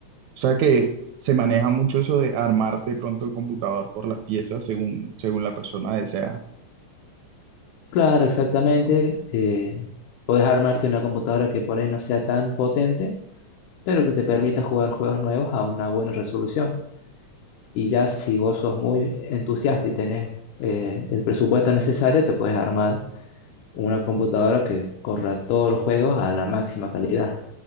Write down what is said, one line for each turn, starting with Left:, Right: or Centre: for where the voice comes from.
Right: sea que se maneja mucho eso de armar de pronto el computador por las piezas según, según la persona desea.
Left: Claro, exactamente. Eh, puedes armarte una computadora que por ahí no sea tan potente, pero que te permita jugar juegos nuevos a una buena resolución. Y ya si vos sos muy entusiasta y tenés eh, el presupuesto necesario, te puedes armar una computadora que corra todos los juegos a la máxima calidad.